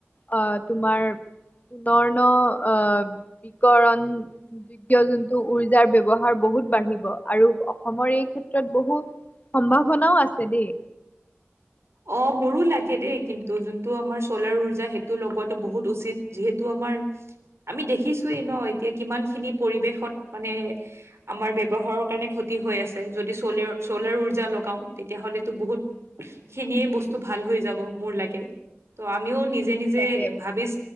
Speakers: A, on the left (about 35°); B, on the right (about 75°).
A: আহ তোমাৰ পুনৰৰ্ণ আহ বিকৰণ। যোগ্য যোনটো উৰ্জাৰ ব্যৱহাৰ বহুত বাঢ়িব আৰু অসমৰ এই ক্ষেত্ৰত বহু, সম্ভাৱনাও আছে দেই।
B: অ মোৰো লাগে দেই কিন্তু যোনটো আমাৰ চ'লাৰ ওৰ্জা সেইটো লগোৱাটো বহুত উচিত। যিহেতু আমাৰ আমি দেখিছোয়েই ন এতিয়া কিমান খিনি পৰিৱেশত মানে আমাৰ ব্যৱহাৰৰ কাৰণে ক্ষতি হৈ আছে যদি চল চলাৰ উৰ্জা লগাও তেতিয়াহলেতো বহুত
A: উম হুম হুম।
B: খিনিয়ে বস্তু ভাল হৈ যাব মোৰ লাগে, ত'
A: অ'
B: আমিও নিজে
A: তাকে
B: নিজে
A: তাকে
B: ভাবিছ